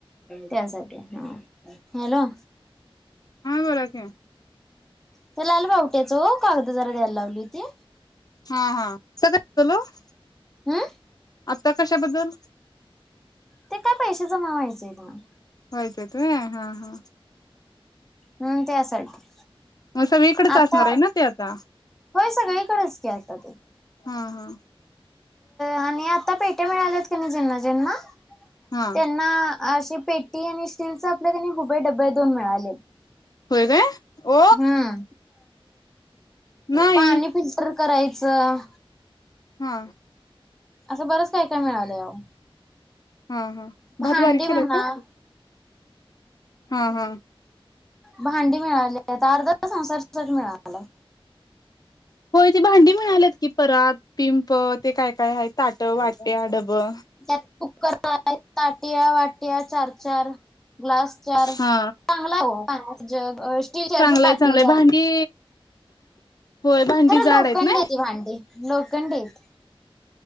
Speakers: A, in the centre; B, on the left.
A: त्यासाठी हा, हॅलो
B: फरक आहे.
A: ते लालबावटीच ओ, कागदपत्र द्यायला लावली होती.
B: हा हा <unintelligible>
A: हं,
B: आता कशाबद्दल,
A: ते काय पैशाचं जमा व्हायचे न्हव,
B: व्हायचंत. व्हय हा हा,
A: हम्म त्यासाठी,
B: मग सगळीकडेच
A: आता,
B: असणार आहे ना ते आता
A: होय सगळीकडच की आता ते,
B: हा हा,
A: आणि आता पेट्या मिळाल्यात कणी ज्यांना ज्यांना
B: हा
A: त्यांना, अशी पेटी आणि स्टीलचा आपली कणी उभे डबे दोन मिळालेत.
B: ये उठ,
A: ह,
B: नाही
A: पाणी फिल्टर करायचं,
B: ह,
A: असं बरच काय काय मिळालय अहो,
B: हा हा
A: भांडी
B: भात बारीक केलायसा,
A: म्हणा
B: हा हा
A: भांडी मिळालेत आर्ध संसार सेट मिळालाय.
B: होय ते भांडी मिळालेत की परा‌त, पिंप ते काय काय आहेत ताट, वाट्या, डबं
A: त्यात कुकर आहेत. ताटिया, वाटिया चार चार ग्लास चार.
B: हा
A: चांगल आहे, हो पाण्याचा जग स्टीलच्या
B: चांगलंय
A: असे पातिली.
B: चांगलंय भांडी होय, भांडी जाड
A: लोखंडी
B: हायत नी.
A: ती भांडी लोखंडी हायत.